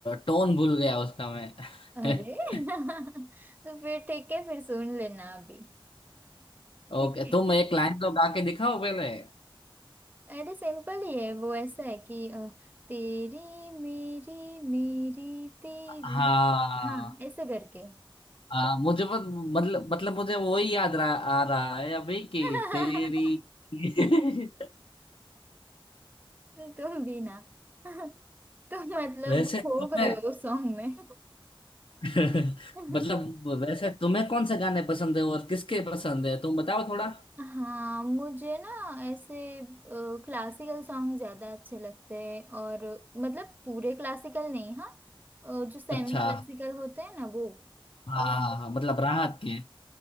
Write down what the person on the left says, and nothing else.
टोन भूल गया उसका मैं
<laughs>
ओके
तुम एक लाइन तो गा के दिखाओ पहले
हाँ
आ, मुझे बस मतलब मतलब मुझे वही याद रहा, आ रहा है अभी कि
तेरी <laughs>
वैसे
तुम्हें
<laughs>
मतलब वैसे तुम्हें कौन से गाने पसंद है और किसके पसंद है तुम बताओ थोड़ा
अच्छा
हाँ
हाँ हाँ, मतलब राहत के